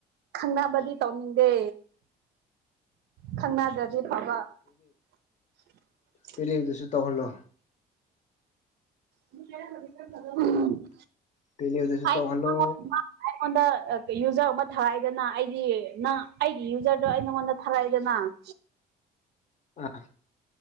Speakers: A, on the right; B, on the left.
A: ꯈꯪꯅꯕꯗꯤ ꯇꯧꯅꯤꯡꯗꯦ ꯈꯪꯅꯗꯗꯤ ꯐꯕ <inaudible>
B: ꯄꯦꯜꯂꯤꯗꯁꯨ ꯇꯧꯍꯂꯣ
A: ꯎꯝ
B: ꯄꯦꯂꯦꯗꯨꯁꯨ
A: <unintelligible>
B: ꯇꯧꯍꯜꯂꯣ
A: ꯑꯩꯉꯣꯟꯗ ꯌꯨꯖꯔ ꯑꯃ ꯊꯥꯔꯛꯑꯏꯗꯅ ꯑꯩꯒꯤ ꯅꯪ ꯑꯩꯒꯤ ꯌꯨꯖꯔꯗꯣ ꯑꯩ ꯅꯉꯣꯟꯗ ꯊꯥꯔꯛꯑꯏꯗꯅ <inaudible>
B: ꯑꯥ